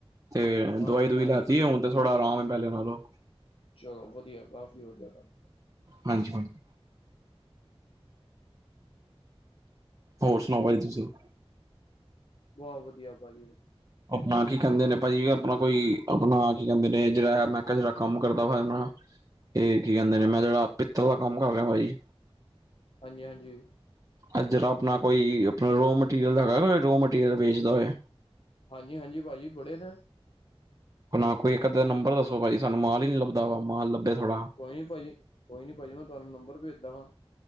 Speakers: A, on the right; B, on the left.
A: ਤੇ
B: ਹਾਂਜੀ-ਹਾਂਜੀ
A: ਦਵਾਈ-ਦੂਵਾਈ ਲੈਤੀ ਹੈ ਹੁਣ ਤੇ ਥੋੜਾ ਆਰਾਮ ਹੈ ਪਹਿਲੇ ਨਾਲੋਂ।
B: ਚਲੋ ਵਧੀਆ, ਕਾਫੀ ਵਧੀਆ ਗੱਲ
A: ਹਾਂਜੀ-ਹਾਂਜੀ। ਹੋਰ ਸੁਣਾਓ ਭਾਅਜੀ ਤੁਸੀਂ?
B: ਬਹੁਤ ਵਧੀਆ ਭਾਜੀ।
A: ਆਪਣਾ ਕੀ ਕਹਿੰਦੇ ਨੇ ਭਾਜੀ ਆਪਣਾ ਕੋਈ ਆਪਣਾ ਕੀ ਕਹਿੰਦੇ ਨੇ ਜਿਹੜਾ ਮੈਂ ਕਿਹਾ ਜਿਹੜਾ ਕੰਮ ਕਰਦਾ ਵਾ ਆਪਣਾ ਏਹ ਕੀ ਕੇਂਦੇ ਨੇ, ਮੈਂ ਜੇੜਾ ਪਿੱਤਲ ਦਾ ਕੰਮ ਕਰ ਰਿਹਾ ਭਾਜੀ
B: ਹਾਂਜੀ-ਹਾਂਜੀ।
A: ਅੱ ਜਰਾ ਅਪਣਾ ਕੋਈ, ਅਪਣਾ ਰੋ ਮਟੀਰੀਅਲ ਦਾ ਹੈਗਾ ਨਾ, ਰੋ ਮਟੀਰੀਅਲ ਵੇਚਦਾ ਹੋਏ।
B: ਹਾਂਜੀ-ਹਾਂਜੀ ਪਾਜੀ, ਬੜੇ ਨੇ।
A: ਨਾ, ਕੋਈ ਇੱਕੱ ਨੰਬਰ ਦੱਸੋ ਭਾਜੀ ਸਾਨੂੰ ਮਾਲ ਹੀ ਨੀ ਲੱਭਦਾ ਮਾਂਲ ਲੱਭੇ ਥੋੜਾ।
B: ਕੋਈ ਨੀ ਭਾਜੀ- ਕੋਈ ਭਾਜੀ ਮੈਂ ਤੁਹਾਨੂੰ ਨੰਬਰ ਭੇਜਦਾਗਾਂ